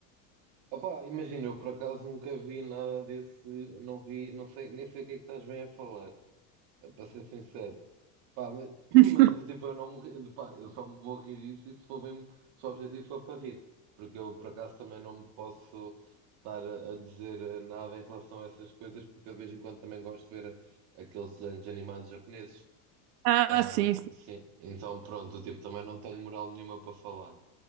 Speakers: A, on the right (about 55°); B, on the right (about 85°).
A: opa, imagina, eu por acaso nunca vi nada desse, não vi, não sei, nem sei o que é que estás bem a falar, eh, para ser sincero. Pá, mas, <coughs>
B: <laughs>
A: <clears throat> mas tipo, eu não me, ri- pá, eu só me vou rir disso e se for mesmo, se o objetivo for para rir, porque eu por acaso também não me posso estar a, a dizer eh, nada em relação a essas coisas, porque eu de vez em quando também gosto de ver eh, aqueles desenhos animados japoneses.
B: Ah,
A: Ahm,
B: sim, sim.
A: sim, então pronto, tipo, também não tenho moral nenhuma para falar.